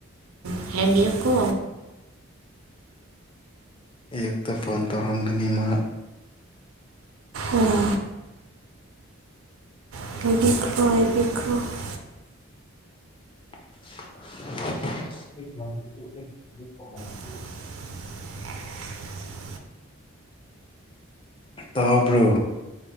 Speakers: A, on the right; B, on the left.
A: <unintelligible> ꯀꯣ
B: ꯑꯌꯨꯛꯇ ꯐꯣꯟ ꯇꯧꯔꯝꯒꯅꯤ ꯃꯥ
A: ꯑꯣ <unintelligible>
B: <inaudible>
A: <inaudible>
B: ꯇꯕ꯭ꯔꯣ?